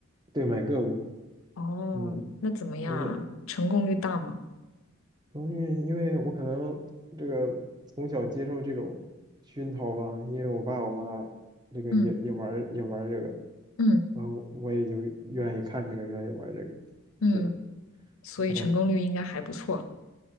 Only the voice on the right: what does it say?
对买个股，
嗯，
而且。
主要是因为我可能这个从小接受这种熏陶吧，因为我爸我妈这个也也玩儿也玩儿这个，
然后我也就愿意看这个，愿意玩儿这个。
是的，
哦，